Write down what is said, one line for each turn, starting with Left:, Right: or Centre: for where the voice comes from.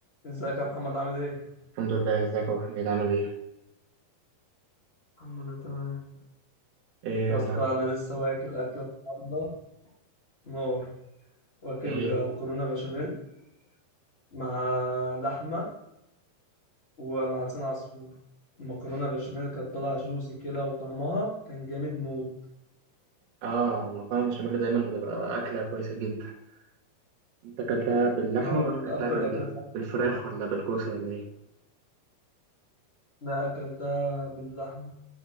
Left: ازيك يا محمد عامل ايه؟
Right: الحمد لله ازيك يا ابو حميد عامل ايه
Left: الحمد لله تمام
Right: ايه
Left: يا
Right: النهارده
Left: اسطى انا لسه واكل اكله النهارده نار واكل
Right: ايه
Left: مكرونه بشاميل مع لحمه ومع لسان عصفور المكرونه بشاميل كانت طالعه جوسي كده وطعمها كان جامد موت
Right: اه المكرونه البشاميل دايما بتبقى اكله كويسه جدا انت اكلتها باللحمه
Left: آه،
Right: ولا
Left: من
Right: اكلتها
Left: اكتر
Right: بال...
Left: الاكلات اللي
Right: بالفراخ
Left: بحبها.
Right: ولا بالكوسه ولا ايه
Left: ده اكلتها باللحمه